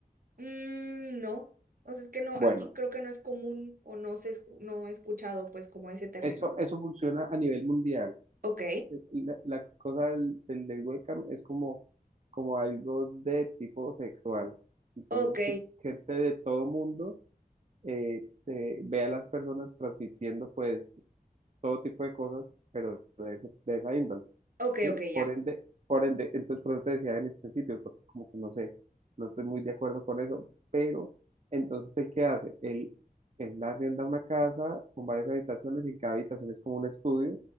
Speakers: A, on the right; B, on the right.
A: mm, no. O sea, es que no,
B: Bueno.
A: aquí creo que no es común o no se escu- no he escuchado pues como ese término.
B: Eso, eso funciona a nivel mundial.
A: Ok,
B: Eh, La, la cosa del, del, del webcam es como, como algo de tipo sexual. Entonces,
A: ok,
B: que gente de todo mundo eh, eh, ve a las personas transmitiendo pues todo tipo de cosas, pero de, ese- de esa índole,
A: ok,
B: ¿sí?
A: ok, ya.
B: Por ende, por ende, entonces por eso te decía en mis principios, porque como que no sé, no estoy muy de acuerdo con eso, pero entonces, ¿el qué hace? Él, él arrienda una casa con varias habitaciones y en cada habitación es como un estudio